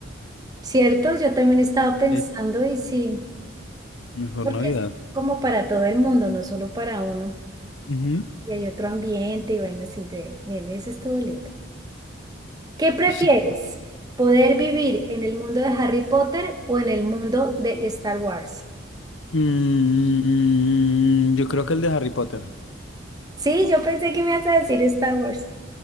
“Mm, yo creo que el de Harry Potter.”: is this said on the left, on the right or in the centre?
Left